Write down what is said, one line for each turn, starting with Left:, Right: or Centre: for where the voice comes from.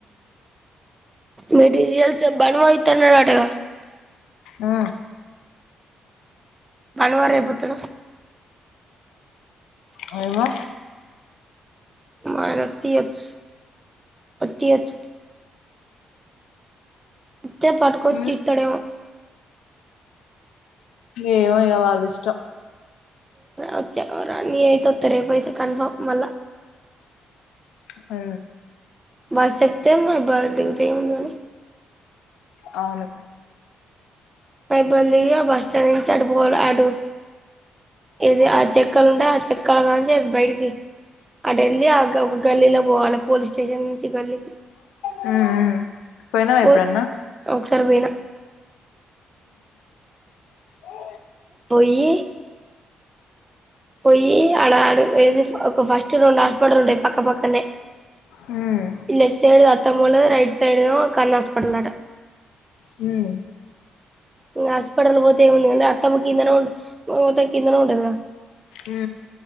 Right: మెటీరియల్స్ బన్వా ఇతనటగా
Left: ఆ
Right: అన్వా రేపోత్తడు
Left: అయినా
Right: మ ఆయనక తివచ్ అతి వచ్ ఉత్తే పటుకుొచ్చీ
Left: ఉమ్
Right: త్త డేమో
Left: ఏమో ఇగ వాళ్ళ ఇష్టం
Right: వచ్చె రానీ అయితె వస్తె రేపు అయితే కన్ఫర్మ్ మళ్ళ
Left: అ
Right: బస్ ఎక్తే మ బస్ దిగుతె ఏముంది గాని
Left: అవును
Right: బల్లిగా బస్ స్టాండ్ నుంచి అటు పోవాలె అటు ఏది ఆ చె చక్కలు ఉంటే ఆ చెక్కలు కాని నుంచి బయటికి అటెళ్ల్లి ఆ ఒక గల్లీలో పోవాలె పోలీస్ స్టేషన్ నుంచి గల్లీకి
Left: మ్మ్ మ్మ్ పోయినావా
Right: పోయ్
Left: ఎప్పుడన్నా
Right: ఒకసారి పోయినా
Left: ఊహు
Right: పోయి పోయి అడ ఏ ఫస్ట్ రెండు హస్పిటల్ ఉంటయి పక్క పక్క నె
Left: మ్మ్
Right: లెఫ్ట్ సైడ్ అత్తమ్మ వాల్లది రైట్ సైడ్ కరుణ హాస్పిటల్ అంట
Left: మ్
Right: ఇంక హాస్పిటల్ పోతే ఏముంది కంటే అతమ్మ కిందన ఉ మత కిందనే ఉంటది కదా
Left: ఉ